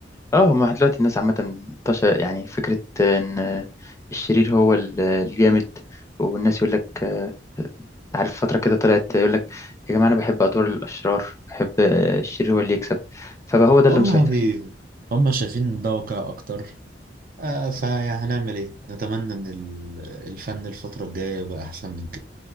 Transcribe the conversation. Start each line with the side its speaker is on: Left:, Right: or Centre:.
Left: اه ما دلوقتي الناس عامة انتشر يعني فكرة ان الشرير هو ال- الجامد والناس يقول لك آه، عارف فترة كده طلعت يقول لك يا جماعة انا بحب ادوار الاشرار بحب آه، الشرير هو اللي يكسب فبقى هو ده اللي
Right: هم
Left: مسيطر
Right: بي هم شايفين إن ده واقع اكتر آه فهنعمل ايه نتمنى ان ال- الفن الفتره الجايه يبقى احسن من